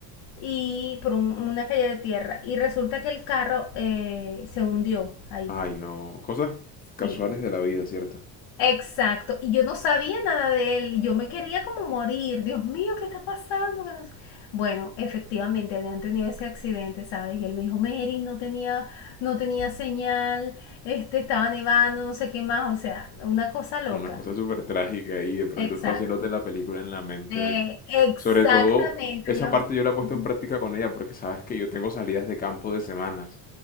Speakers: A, on the left; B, on the left.
A: y por un- una calle de tierra y resulta que el carro eh, se hundió ahí,
B: Ay, no. Cosas casuales
A: sí.
B: de la vida, ¿cierto?
A: Exacto, y yo no sabía nada de él, yo me quería como morir, Dios mío, ¿qué está pasando? Que no sé- Bueno, efectivamente habían tenido ese accidente, ¿sabes? Y él me dijo, Mary, no tenía, no tenía señal, este, estaba nevando, no sé qué más, o sea, una cosa loca.
B: Una cosa súper trágica y de pronto
A: Exacto,
B: tú haciéndote la película en la mente
A: Eh,
B: de...
A: exactamente,
B: Sobre todo, esa
A: yo.
B: parte yo la he puesto
A: Ujú.
B: en práctica con ella porque sabes que yo tengo salidas de campo de semanas.